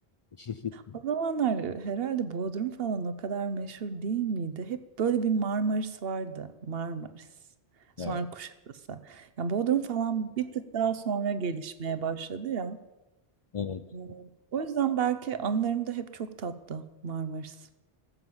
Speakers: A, on the left (about 50°); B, on the right (about 70°).
A: <laughs>
B: O zamanlar herhalde Bodrum falan o kadar meşhur değil miydi? Hep böyle bir Marmaris vardı. Marmaris. Sonra
A: Evet.
B: Kuşadası. Yani Bodrum falan bir tık daha sonra gelişmeye başladı ya.
A: Evet.
B: Ee, O yüzden belki anılarımda hep çok tatlı Marmaris.